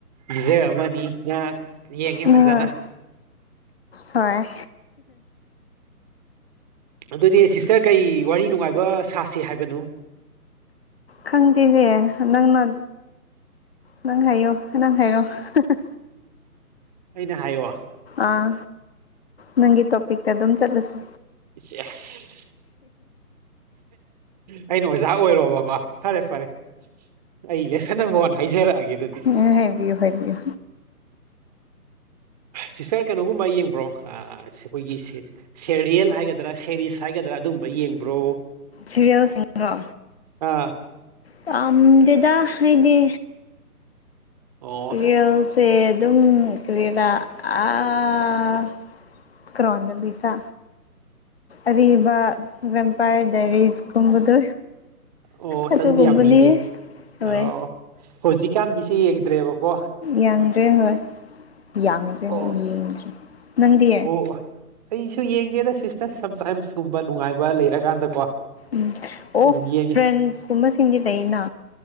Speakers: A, on the right (about 25°); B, on the left (about 40°).
A: ꯌꯨꯖꯥꯔ ꯑꯃꯅꯤ ꯉꯥꯡ ꯌꯦꯡꯒꯦ
B: ꯍꯣꯏ
A: ꯐꯖꯅ
B: ꯍꯣꯏ
A: ꯑꯗꯨꯗꯤ ꯁꯤꯁꯇꯔ ꯀꯩ ꯋꯥꯔꯤ ꯅꯨꯡꯉꯥꯏꯕ ꯁꯥꯁꯤ ꯍꯥꯏꯕꯅꯣ
B: ꯈꯪꯗꯦꯍꯦ ꯅꯪꯅ ꯅꯪ ꯍꯥꯏꯌꯣ ꯅꯪ ꯍꯥꯏꯔꯣ ꯍꯍ
A: ꯑꯩꯅ ꯍꯥꯏꯌꯣ
B: ꯑꯥ ꯅꯪꯒꯤ ꯇꯣꯄꯤꯛ ꯇ ꯑꯗꯨ ꯑꯗꯨꯝ ꯆꯠꯂꯁꯤ
A: ꯏ ꯑꯁ ꯑꯩꯅ ꯑꯣꯖꯥ ꯑꯣꯏꯔꯣꯕꯀꯣ ꯐꯔꯦ ꯐꯔꯦ ꯑꯩ ꯂꯦꯁꯟ ꯅꯝꯕꯔ ꯋꯥꯟ ꯍꯥꯏꯖꯔꯛꯑꯒꯦ ꯑꯗꯨꯗꯤ
B: ꯎ ꯍꯥꯏꯕꯤꯌꯨ ꯍꯥꯏꯕꯤꯌꯨ
A: ꯁꯤꯇꯔ ꯀꯩꯅꯣꯒꯨꯝꯕ ꯌꯦꯡꯕ꯭ꯔꯣ ꯑꯥ ꯑꯁ ꯑꯩꯈꯣꯏꯒꯤ ꯁꯦꯔꯤꯌꯦꯜ ꯍꯥꯏꯒꯗ꯭ꯔꯥ ꯁꯦꯔꯤꯁ ꯍꯥꯏꯒꯗ꯭ꯔꯥ ꯑꯗꯨꯒꯨꯝꯕ ꯌꯦꯡꯕ꯭ꯔꯣ
B: ꯁꯦꯔꯦꯜꯁꯤꯡꯔꯣ
A: ꯑꯥ
B: ꯄꯥꯝꯗꯦꯗ ꯍꯥꯏꯗꯤ
A: ꯑꯣ
B: ꯔꯤꯜꯁꯦ ꯑꯗꯨꯝ ꯀꯔꯤꯔ ꯑꯥ ꯀ꯭ꯔꯣꯟꯗ ꯕꯤꯖꯥ ꯑꯔꯤꯕ ꯕꯦꯝꯄꯥꯌꯔ ꯗꯥꯏꯔꯤꯁꯀꯨꯝꯕꯗꯣ
A: ꯑꯣ
B: ꯑꯗꯨꯒꯨꯝꯕꯅꯤ
A: ꯆꯠꯂꯗꯤ ꯌꯥꯝ ꯂꯤꯔꯤ
B: ꯍꯣꯏ
A: ꯑꯣ ꯍꯧꯖꯤꯛꯀꯥꯟꯒꯤꯁꯦ ꯌꯦꯡꯗ꯭ꯔꯦꯕꯀꯣ
B: ꯌꯥꯡꯗ꯭ꯔꯦ ꯍꯣꯏ ꯌꯥꯡꯗ꯭ꯔꯦꯅꯦ
A: ꯑꯣ
B: ꯌꯦꯡꯗ꯭ꯔꯦ ꯅꯪꯗꯤ
A: ꯑꯣ ꯑꯣ ꯑꯩꯁꯨ ꯌꯦꯡꯗꯦꯗ ꯁꯤꯁꯇ ꯁꯝꯇꯥꯏꯝꯁꯀꯨꯝꯕ ꯅꯨꯡꯉꯥꯏꯕ ꯂꯩꯔꯀꯥꯟꯗꯀꯣ
B: ꯎꯝ ꯑꯣ
A: ꯑꯗꯨꯝ ꯌꯦꯡꯉꯤ
B: ꯐ꯭ꯔꯦꯟꯁꯀꯨꯝꯕꯁꯤꯡꯗꯤ ꯂꯩꯅ